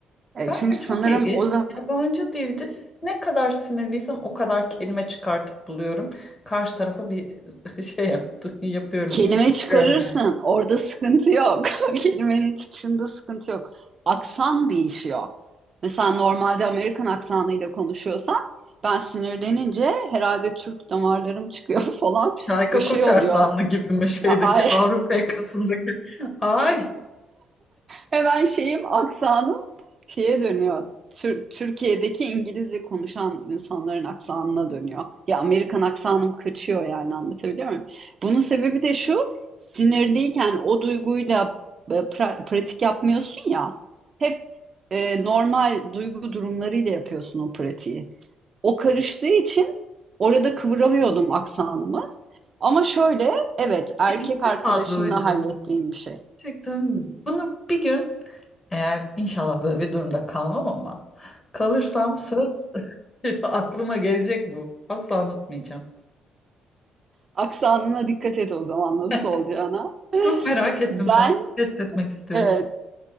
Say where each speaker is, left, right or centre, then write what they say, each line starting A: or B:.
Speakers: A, on the right; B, on the left.
A: E,
B: Ben
A: çünkü
B: de çok
A: sanırım
B: ilginç.
A: o zaman
B: Yabancı dilde s- ne kadar sinirliysem o kadar kelime çıkartıp buluyorum. Karşı tarafa bir <laughs> şey yaptı, yapıyorum.
A: Kelime
B: İlgiliyorum
A: çıkarırsın.
B: yani.
A: Orada sıkıntı yok. <laughs> Kelimenin çıkışında sıkıntı yok. Aksan değişiyor. Mesela normalde Amerikan aksanıyla konuşuyorsan ben sinirlenince herhalde Türk damarlarım çıkıyor <laughs> falan.
B: Şarkı
A: Böyle
B: Koçarsanlı
A: şey oluyor.
B: gibi mi şeydeki
A: A-
B: Avrupa yakasındaki? Ay
A: Hemen şeyim, aksanım şeye dönüyor. Tür- Türkiye'deki İngilizce konuşan insanların aksanına dönüyor. Ya Amerikan aksanım kaçıyor yani anlatabiliyor muyum? Bunun sebebi de şu, sinirliyken o duyguyla e, pra- pratik yapmıyorsun ya. Hep e, normal duygu durumlarıyla yapıyorsun o pratiği. O karıştığı için orada kıvıramıyordum aksanımı. Ama şöyle, evet erkek
B: ilk defa
A: arkadaşımla
B: duydum.
A: hallettiğim bir şey.
B: Gerçekten bunu bir gün eğer inşallah böyle bir durumda kalmam ama kalırsam söz <laughs> aklıma gelecek bu. Asla unutmayacağım.
A: Aksanına dikkat et o zaman nasıl
B: <laughs>
A: olacağına. <laughs>
B: Çok merak ettim
A: Ben
B: şu an. Test etmek istiyorum.
A: evet